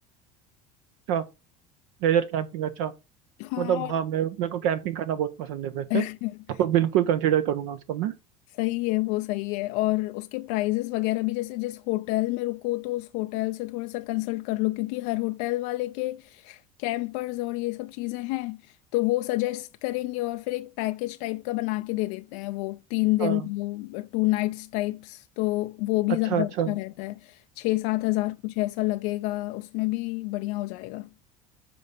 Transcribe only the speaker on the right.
अच्छा लेजर कैंपिंग अच्छा
मतलब
हाँ मैं मेरे को कैंपिंग करना बहुत पसंद है वैसे
तो बिल्कुल कंसिडर करूंगा उसको मैं
हाँ
अच्छा
अच्छा